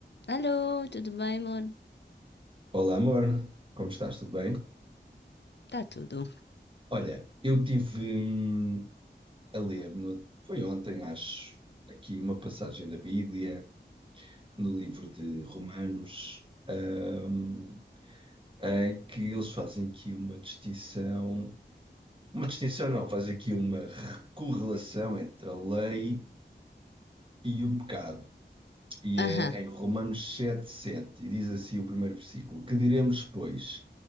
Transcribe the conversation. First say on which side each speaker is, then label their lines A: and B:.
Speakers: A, on the left; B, on the right.
A: Alô, tudo bem, amor?
B: Olá, amor, como estás? Tudo bem?
A: Está tudo.
B: Olha, eu tive hum, a ler, no- foi ontem, acho, aqui uma passagem da Bíblia, no livro de Romanos, hum, em que eles fazem aqui uma distinção, uma distinção não, fazem aqui uma correlação entre a lei e o pecado. E
A: Aham.
B: é em Romanos 7 7 e diz assim o primeiro versículo: Que diremos, pois?